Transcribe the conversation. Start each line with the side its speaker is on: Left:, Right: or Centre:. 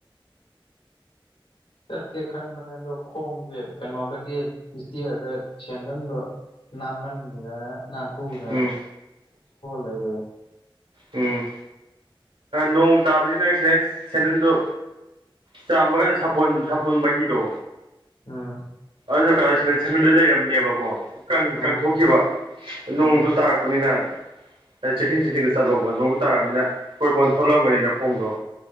Left: ꯆꯠꯀꯦ ꯈꯟꯕꯅꯦ ꯑꯗꯣ ꯈꯣꯡꯁꯦ ꯀꯩꯅꯣꯗꯒꯤ ꯄꯤꯁꯇꯤꯛꯔꯒ ꯁꯦꯟꯖꯟꯗꯣ ꯅꯟꯃꯅꯤ ꯅꯟꯊꯣꯗꯅ
Right: ꯎꯝ
Left: ꯂꯩꯔ
Right: ꯎꯝ ꯅꯣꯡ ꯇꯥꯕꯅꯤ ꯅꯪ ꯁꯦꯅꯟꯗꯨ ꯆꯥꯝꯕ ꯀꯥꯟꯗ ꯁꯥꯄꯣꯟ ꯁꯥꯄꯣꯟ ꯃꯍꯤꯗꯣ
Left: ꯑꯥꯝ
Right: ꯑꯗꯨꯩꯅꯣꯗ ꯁꯗ ꯂꯩꯔꯝꯅꯦꯕꯀꯣ
Left: ꯎꯝ
Right: ꯀꯪꯊꯣꯛꯈꯤꯕ ꯅꯣꯡꯗꯨ
Left: ꯎꯝ
Right: ꯇꯥꯔꯛꯄꯅꯤꯅ ꯑꯩ ꯆꯦꯛꯁꯤꯡ ꯆꯦꯛꯁꯤꯟꯗ ꯆꯠꯂꯣꯕ ꯅꯣꯡꯃ ꯇꯥꯔꯕꯃꯤꯅ ꯀꯣꯏꯕꯣꯟ ꯊꯣꯛꯂꯛꯂꯝꯒꯅꯤꯅ ꯈꯣꯡꯗꯣ